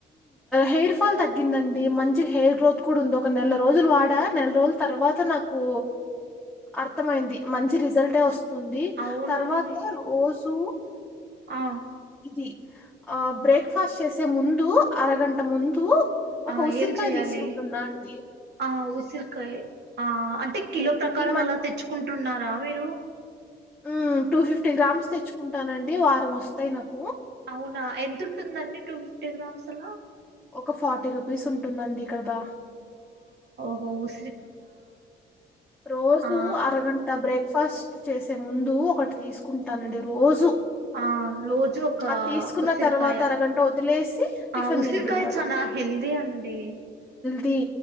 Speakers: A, in the centre; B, on the right.
A: హెయిర్ ఫాల్ తగ్గిందండి మంచి హెయిర్ గ్రోత్ కూడా ఉంది ఒక నెల రోజులు వాడా నెల రోజుల తర్వాత నాకు అర్థమైంది మంచి రిజల్టే వస్తు వస్తుంది
B: అవునండి
A: తర్వాత ఓసు
B: ఆ
A: కి ఆ బ్రేక్ఫాస్ట్ చేసే ముందు అరగంట ముందు ఒక
B: ఆ
A: ఉసిరికాయ
B: ఏం చెయాలి
A: తీసుకుంటున్నా అండి
B: ఆ ఉసిరికాయ ఆ అంటే కిలో
A: హెల్త్
B: ప్రకారం
A: కి
B: అలా తెచ్చుకుంటున్నారా మీరు
A: మ్మ్ టూ ఫిఫ్టీ గ్రామ్స్ తెచ్చుకుంటానండి వారం వస్తాయి నాకు
B: అవునా ఎంతఉంటుంది అండి టూ ఫిఫ్టీ గ్రామ్స్ అలా
A: ఒక ఫార్టీ రూపీస్ ఉంటుందండి ఇక్కడ బా
B: ఓస్
A: రోజు
B: ఆ
A: అరఘంటా బ్రేక్ ఫస్ట్ చేసే ముందు ఒకటి తీసుకుంటానండి రోజు
B: ఆ రోజు ఒక
A: అది తీసుకున్న
B: ఉసిరికాయ
A: తర్వాత అరగంట వదిలేసి టిఫిన్
B: ఆ ఉసిరికాయ
A: తింటున్నాను
B: చనా హెల్దీ అండి
A: ది